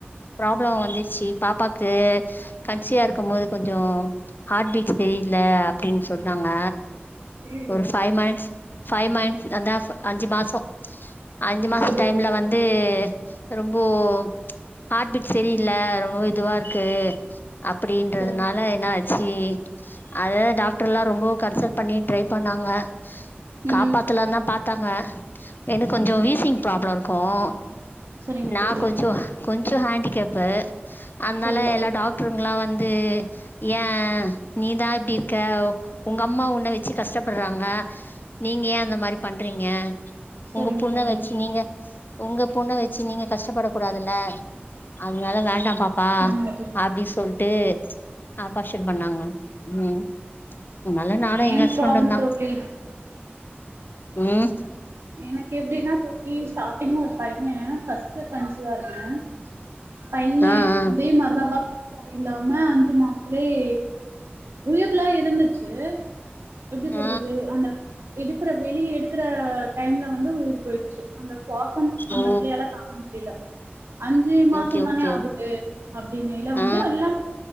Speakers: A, on the left; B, on the right.
A: ப்ராப்ளம் வந்துச்சு பாப்பாக்கு கன்சிவா இருக்கும் போது கொஞ்சோ ஹார்ட் பீட் தெரியில்ல அப்படின்னு சொன்னாங்க
B: ஐயையோ
A: ஒரு ஃபைவ் மந்த்ஸ் ஃபைவ் மந்த்ஸ் அதா அஞ்சு மாசோ அஞ்சு மாச
B: சரிங்க
A: டைம்ல
B: தோழி
A: வந்து ரொம்போ ம்ச் ஹார்ட் பீட் செரியில்ல ரொம்பவே இதுவா இருக்கு அப்டின்றதுனால
B: சரிங்க தோழி
A: என்னாச்சு அத டாக்டர் எல்லா ரொம்போ கன்சல்ட் பண்ணி ட்ரை பண்ணாங்க
B: ம்
A: காப்பாத்தலா தா பாத்தாங்க எனக்கு கொஞ்சோ வீசிங் ப்ராப்ளம் இருக்கும்
B: சரிங்க
A: நான்
B: தோழி
A: கொஞ்சோ கொஞ்சோ ஹேண்டிகேப்பு அதனால
B: சரிங்க
A: எல்லா
B: தோழி
A: டாக் டருங்களா வந்து ஏ நீதா இப்டி இருக்க உங்க அம்மா உண்ண வச் சு கஷ்டப்படுறாங்க நீங்க ஏ அந்த மாரி பண்றீங்க
B: சரிங்க
A: உங்க பொண்ண
B: தோழி
A: வச்சு நீங்க உங்க பொண்ண வச்சு நீங்க கஷ்டப்பட கூடாதுல்ல அதனால வேண்டா பாப்பா
B: ஆமா தோழி
A: அப்டி சொல்லிட்டு ஆபாஷன் பண்ணாங்க ம் அதனால நானு
B: சேம்
A: எங்க ஹஸ்பண்ட்டுந்தா
B: ப்ராப்ளம் தோழி
A: ம்
B: எனக்கு எப்டின்னா தோழி ஸ்டார்டிங் ஒரு பைய ஃபஸ்ட்டு கன்சிவ்வா இருந்தேன் பைய
A: ஆ ஆ
B: அதே மாரிதா ஹாட் பீட் இல்லாம அஞ்சு மாசத்துலயே உயிருலா இருந்துச்சு எப்டி
A: ஆ
B: சொல்றது அந்த எடுக்கற வெளிய எடுக்கற டைம்ல வந்து உயிர் போயிடுச்சு அந்த சுவசன் அந்த
A: ஓ
B: பிள்ளையால தாங்க முடியல அஞ்சு மாசம்
A: ஓகே
B: தானே
A: ஓகே
B: ஆகுது அப்டினையில வந்து
A: ஆ
B: எல்லாமே